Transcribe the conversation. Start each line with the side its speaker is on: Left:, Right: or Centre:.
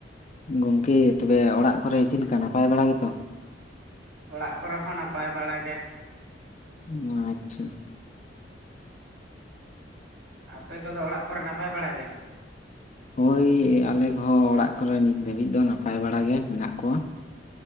Left: ᱜᱚᱝᱠᱮ ᱛᱚᱵᱮ ᱚᱲᱟᱜ ᱠᱚᱨᱮ ᱪᱮᱫ ᱞᱮᱠᱟ ᱱᱟᱯᱟᱭ ᱵᱟᱲᱟ ᱜᱮᱛᱚ?
Right: ᱚᱲᱟᱜ ᱠᱚᱨᱮ ᱦᱚᱸ ᱱᱟᱯᱟᱭ ᱵᱟᱲᱟ ᱜᱮ।
Left: <inaudible> ᱟᱪᱪᱷᱟ।
Right: ᱟᱯᱮ ᱠᱚᱫᱚ ᱚᱲᱟᱜ ᱠᱚᱨᱮ ᱱᱟᱯᱟᱭ ᱵᱟᱲᱟ ᱜᱮ?
Left: ᱦᱳᱭ ᱟᱞᱮ ᱠᱚᱦᱚᱸ ᱚᱲᱟᱜ ᱠᱚᱨᱮ ᱱᱤᱛ ᱫᱷᱟᱹᱵᱤᱡ ᱫᱚ ᱱᱟᱯᱟᱭ ᱵᱟᱲᱟ ᱜᱮ ᱢᱮᱱᱟᱜ ᱠᱚᱣᱟ।